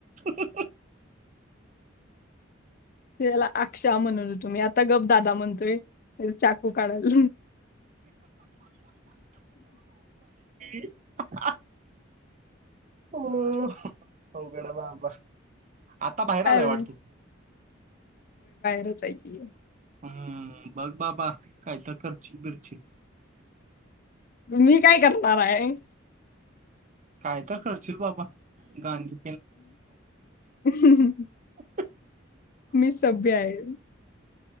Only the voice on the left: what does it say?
त्याला आक्शा म्हणूत होतो मी आता गप दादा म्हणतोय. त्याचा चाकू काढाल
अरे
रचं आहे की.
मी काय करणार आहे?
मी
मी सभ्य आहे,